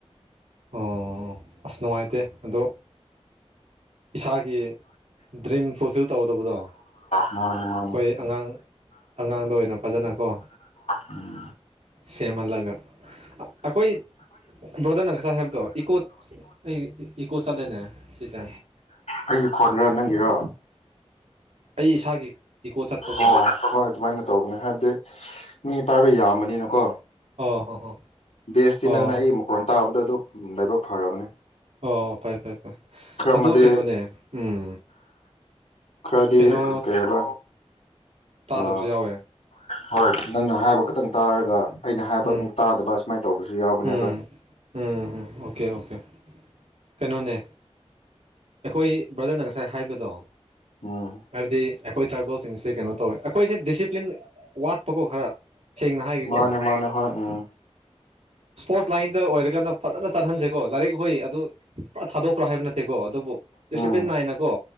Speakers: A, on the right; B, on the left.
A: ꯑꯣ ꯑꯁ ꯅꯨꯡꯉꯥꯏꯇꯦ ꯑꯗꯣ ꯏꯁꯥꯒꯤ ꯗ꯭ꯔꯤꯝ ꯐꯨꯜꯐꯤꯜ ꯇꯧꯗꯕꯗꯣ
B: ꯃꯥꯅꯤ ꯃꯥꯅꯤ
A: ꯑꯩꯈꯣꯏ ꯑꯉꯥꯡ ꯑꯉꯥꯡꯗ ꯑꯣꯏꯅ ꯐꯖꯅꯀꯣ
B: ꯎꯝ
A: ꯁꯦꯝꯍꯜꯂꯒ ꯑꯩꯈꯣꯏ ꯕ꯭ꯔꯣꯗꯔꯅ ꯉꯁꯥꯏ ꯍꯥꯏꯕꯗꯣ ꯏꯀꯣ ꯑꯩ ꯏꯀꯣ ꯆꯠꯂꯦꯅꯦ ꯁꯤꯁꯦ
B: ꯑꯩꯒꯤ ꯈꯣꯟꯅꯦ ꯅꯪꯒꯤꯔꯣ
A: ꯑꯩ ꯏꯁꯥꯒꯤ ꯏꯀꯣ ꯆꯠꯄꯀꯣ
B: ꯑꯣ ꯍꯣꯏ ꯑꯗꯨꯃꯥꯏꯅ ꯇꯧꯕꯅꯦ ꯍꯥꯏꯕꯗꯤ ꯃꯤ ꯄꯥꯏꯕ ꯌꯥꯝꯕꯅꯤꯅꯀꯣ
A: ꯑꯣ ꯍꯣ ꯍꯣ
B: ꯕꯦꯁꯇꯤ
A: ꯑꯣ
B: ꯅꯪꯅ ꯑꯩ ꯃꯈꯣꯟ ꯇꯥꯕꯗꯣ ꯑꯗꯨ ꯂꯥꯏꯕꯛ ꯐꯔꯕꯅꯦ
A: ꯑꯣ ꯐꯔꯦ ꯐꯔꯦ ꯐꯔꯦ
B: ꯈꯔ
A: ꯑꯗꯨ
B: ꯑꯃꯗꯤ
A: ꯀꯩꯅꯣꯅꯦ ꯎꯝ
B: ꯈꯔꯗꯤ
A: ꯀꯩꯅꯣ
B: ꯀꯩ ꯍꯥꯏꯕ
A: ꯇꯥꯗꯕꯁꯨ
B: ꯑ
A: ꯌꯥꯎꯋꯦ
B: ꯍꯣꯏ ꯅꯪꯅ ꯍꯥꯏꯕ ꯈꯛꯇꯪ ꯇꯥꯔꯒ ꯑꯩꯅ ꯍꯥꯏꯕ
A: ꯎꯝ
B: ꯑꯃꯨꯛ ꯇꯥꯗꯕ ꯑꯨꯃꯥꯏꯅ ꯇꯧꯕꯁꯨ ꯌꯥꯎꯕꯅꯦꯕ
A: ꯎꯝ ꯎꯝ ꯎꯝ ꯑꯣꯀꯦ ꯑꯣꯀꯦ ꯀꯩꯅꯣꯅꯦ ꯑꯩꯈꯣꯏ ꯕ꯭ꯔꯗꯔꯅ ꯉꯁꯥꯏ ꯍꯥꯏꯕꯗꯣ
B: ꯎꯝ
A: ꯍꯥꯏꯕꯗꯤ ꯑꯩꯈꯣꯏ ꯇ꯭ꯔꯥꯏꯕꯦꯜꯁꯤꯡꯁꯦ ꯀꯩꯅꯣ ꯇꯧꯋꯦ ꯑꯩꯈꯣꯏꯁꯦ ꯗꯤꯁꯤꯄ꯭ꯂꯤꯟ ꯋꯥꯠꯄꯀꯣ ꯈꯔ ꯁꯦꯡꯅ ꯍꯥꯏꯒꯦꯀꯣ
B: ꯃꯥꯅꯦ ꯃꯥꯅꯦ ꯍꯣꯏ ꯎꯝ
A: ꯏꯁꯄꯣꯔꯠꯁ ꯂꯥꯏꯟꯗ ꯑꯣꯏꯔꯒꯅ ꯐꯖꯅ ꯆꯠꯍꯟꯁꯦꯀꯣ ꯂꯥꯏꯔꯤꯛ ꯍꯣꯏ ꯑꯗꯨ ꯄꯨꯔꯥ ꯊꯥꯗꯣꯛꯈ꯭ꯔꯣ ꯍꯥꯏꯕ ꯅꯠꯇꯦꯀꯣ ꯑꯗꯨꯕꯨ ꯗꯤꯁꯤꯄ꯭ꯂꯤꯟ
B: ꯎꯝ
A: ꯅꯥꯥꯏꯅ ꯀꯣ